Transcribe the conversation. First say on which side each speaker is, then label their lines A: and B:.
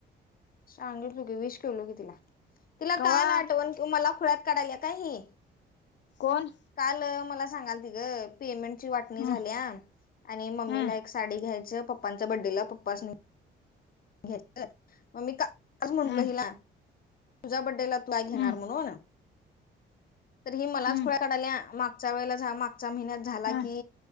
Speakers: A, on the left (about 45°); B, on the left (about 65°).
A: सांगितलं की विश केलो की तिला तिला
B: कवा
A: काल आठवण मला खुळ्यात काढायला काय ही.
B: कोण.
A: काल मला सांगाल ति गं पेमेंट. ची वाटणी
B: ह
A: झाल्या आणि मम्मीला
B: ह
A: एक साडी घ्यायचं पप्पांच्या बर्थडेला पप्पास्नी. घ्यायचं मग मी कालच म्हंटलो
B: ह
A: हिला. तुझ्या बड्डेला तू काय घेणार
B: ह ह
A: म्हणून. तर ही मलाच
B: ह
A: खोळ्या काढाली मागच्या वेळेला मागच्या महिन्यात झाला
B: ह
A: की.